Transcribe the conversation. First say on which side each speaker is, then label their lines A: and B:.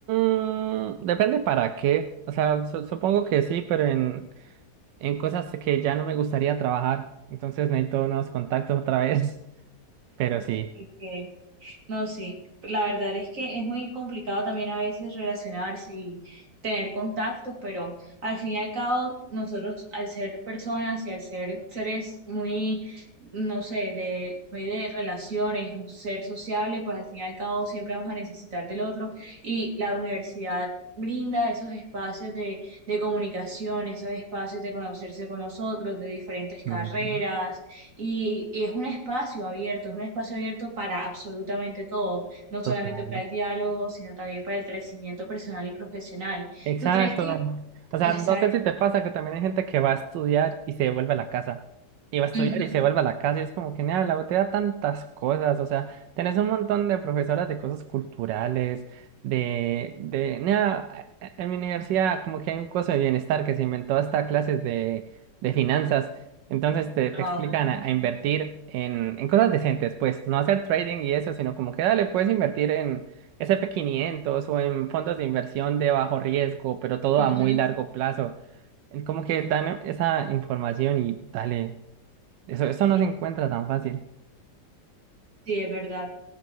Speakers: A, on the right; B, on the right.
A: Mm, depende para qué. O sea, su- supongo que sí, pero en, en cosas que ya no me gustaría trabajar. Entonces necesito unos contactos otra vez. <laughs> Pero sí.
B: Ok. No, sí, la verdad es que es muy complicado también a veces relacionarse y tener contactos, pero al fin y al cabo nosotros al ser personas y al ser seres muy, no sé, de, muy de relaciones, un ser sociable, pues al fin y al cabo siempre vamos a necesitar del otro y la universidad brinda esos espacios de, de comunicación, esos espacios de conocerse con nosotros, de diferentes carreras
A: Mm,
B: y, y es un espacio abierto, es un espacio abierto para absolutamente todo, no
A: total.
B: solamente para el diálogo, sino también para el crecimiento personal y profesional.
A: Exacto.
B: ¿Tú crees que...
A: O sea,
B: Exacto.
A: no sé si te pasa que también hay gente que va a estudiar y se devuelve a la casa. Y va a estudiar
B: Ujú,
A: y se vuelve a la casa y es como que, nada, la U te da tantas cosas. O sea, tenés un montón de profesoras de cosas culturales, de, de, nada, en mi universidad como que hay un curso de bienestar que se inventó hasta clases de, de finanzas. Entonces te, te
B: Wow.
A: explican a, a invertir en, en cosas decentes, pues, no hacer trading y eso, sino como que, dale, puedes invertir en sp quinientos o en fondos de inversión de bajo riesgo, pero todo a
B: Ujú,
A: muy largo plazo. Es Como que dan esa información y dale, eso, eso
B: Sí,
A: no se encuentra tan fácil.
B: sí, es verdad.